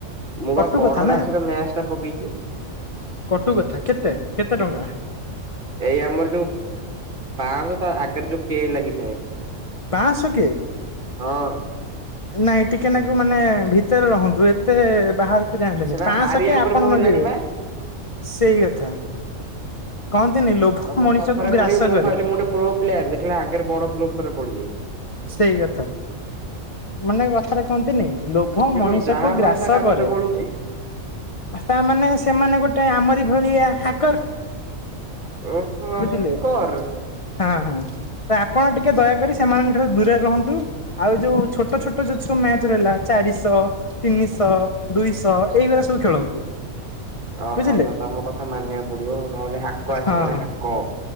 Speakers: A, on the right; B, on the left.
A: ମୁଁ ବା
B: କଟୁ
A: ବଡ
B: କଥା ନା
A: ରାଶିର ମ୍ୟାଚ ଟା ପକେଇଛି
B: କଟୁ କଥା କେତେ କେତେ ଟଙ୍କା।
A: ଏଇ ଆମର ଯୋଉ ପାଞ୍ଚଶହ ଆଗରେ ଯୋଉ କେ ଲାଗିଥାଏ।
B: ପାଆଁଶ କେ।
A: ହଁ
B: ନାଇଁ ଟିକେନାକୁ ମାନେ ଭିତରେ ରହନ୍ତୁ। ଏତେ ବାହାର କୁ ଯାଆନ୍ତୁନି।
A: ସେଟା
B: ପାଞ୍ଚଶହ
A: ହାରିବା
B: କେ
A: ଉପରେ
B: ଆପଣ
A: ମୁଁ ହେଲାଣି
B: ଲଗେଇବେ
A: ବା
B: ସେଇ କଥା। କହନ୍ତିନି ଲୋଭ
A: ତମ
B: ମଣିଷକୁ
A: କଥାରେ
B: ଗ୍ରାସ
A: ପଡିକି ମୁଁ
B: କରେ
A: ଖାଲି ଗୋଟେ ପ୍ରୋ ପ୍ଲେୟାର ଦେଖିଲେ ଆଗରେ ବଡ ପ୍ରୋ୍ପ ରେ ପଡିଯାଇଚି।
B: ସେଇ କଥା ମାନେ କଥରେ କହନ୍ତିନି। ଲୋଭ
A: ସେ
B: ମଣିଷକୁ
A: କଣ ଯାହା
B: ଗ୍ରାସ
A: ମାରୁଛି ତା ଗାତରେ
B: କରେ।
A: ଗଳୁଛି
B: ତାମାନେ ସେମାନେ ଗୋଟେ ଆମରି ଭଳିଆ ହାକର।
A: ଓହୋ
B: ବୁଝିଲେ
A: ହାକର।
B: ହଁ ହଁ ତ ଆପଣ ଟିକେ ଦୟାକରି ସେମାନଙ୍କ ଠାରୁ ଦୂରରେ ରହନ୍ତୁ ଆଉ ଯୋଉ ଛୋଟ ଛୋଟ ଯଉ ସବୁ ମ୍ୟାଚ ରହିଲା ଚାରିଶହ ତିନିଶହ ଦୁଇଶହ ଏଇଭଳି ସବୁ ଖେଳନ୍ତୁ।
A: ଓହୋ
B: ବୁଝିଲେ
A: ତ ତମ କଥା ମାନିବାକୁ ପଡିବ ନହେଲେ ହାକ ଆସିବ
B: ହଁ
A: ନା ହାକ